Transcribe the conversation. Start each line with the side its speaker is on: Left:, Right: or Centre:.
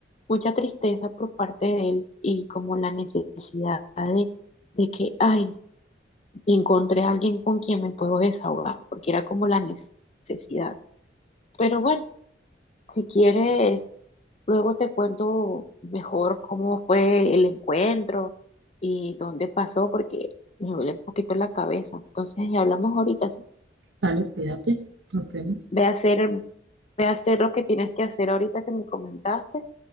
Left: mucha tristeza por parte de él y como la necesidad de que, ay, encontré a alguien con quien me puedo desahogar, porque era como la necesidad. Pero bueno, si quieres, luego te cuento mejor cómo fue el encuentro y dónde pasó, porque me duele un poquito la cabeza. Entonces, hablamos ahorita, ¿sí?
Right: Vale, cuídate. Nos vemos.
Left: Ve a hacer, ve a hacer lo que tienes que hacer ahorita que me comentaste